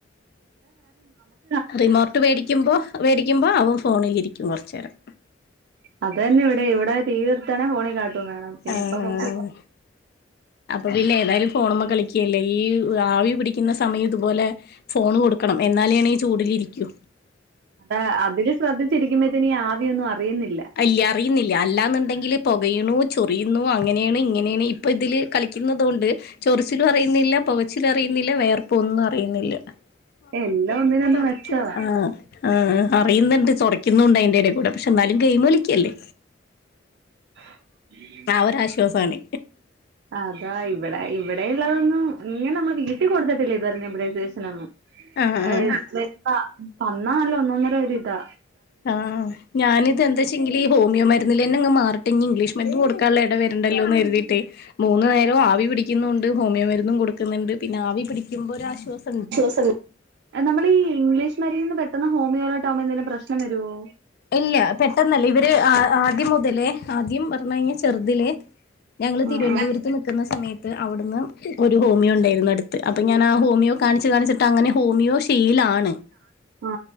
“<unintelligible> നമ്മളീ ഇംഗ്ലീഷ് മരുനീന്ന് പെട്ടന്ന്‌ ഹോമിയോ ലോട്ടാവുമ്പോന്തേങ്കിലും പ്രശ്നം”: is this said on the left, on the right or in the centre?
Right